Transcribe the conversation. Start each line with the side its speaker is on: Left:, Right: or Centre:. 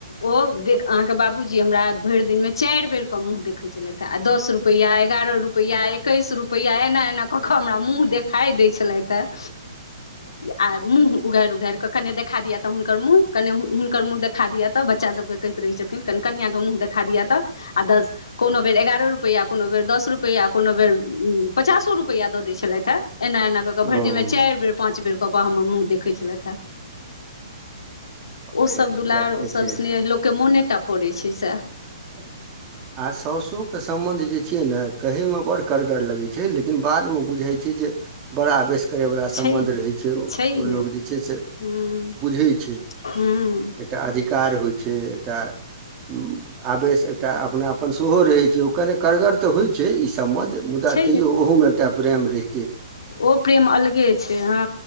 Left: ओ अहाँ के बाबूजी हमरा भरि दिन मे चारि बेर के मुंह देखे छलैथ हे दस रुपआ ग्यारह ग्यारह रुपैआ एकैस रुपैआ एना एना कऽ कऽ हमरा मुँह देखाइ दैखाइ छलथि हँ। आ मुह उघारि उघार कऽ कनि देखा दि तऽ हुनकर मुँह कनि हुनकर मुँह देखा दिअ तऽ बच्चा सबके कहैत रहै छथिन कनि कनिआ कऽ मुँह देखा दिए तऽ दस कोनो बेड़ ग्यारह रुप रुपैआ कोनो बेर दस रुपैआ कोनो बेर उ पचासो रुपैआ दऽ दै छलथि हे। एना एना कऽ कऽ भरि
Right: हँ
Left: दिन मे चारि बेर पाच बेर कऽ कऽ हमर मुँह देखै छलथि ह
Right: इएह
Left: ओसब दुलार
Right: तऽ
Left: ओसब
Right: छै
Left: स्नेह लोकके मोने टा पड़ैई छैय सेह
Right: <inaudible> आ साउसोके सम्बन्ध जे छियै ने कहैमे बड़ कड़गर लगैत छैय लेकिन बादमे बुझैइ छैय। जे बड़ा आवेस करैइवला सम्बन्ध
Left: छैहे
Right: रहैइ छैयओ
Left: छैहे
Right: लोग जे छैय से
Left: हूँ
Right: बुझैइ छैय
Left: हूँ
Right: एकटा अधिकार होइ छैय एकटा उ आवेश एकटा अपनापन सेहो रहैइ छैय ओ कने कड़गर तऽ होइ छैय इ सब संबध मुदा
Left: छैहे
Right: तैयो ओहो मे एकटा प्रेम रहि
Left: ओ प्रेम अलगे छैय हां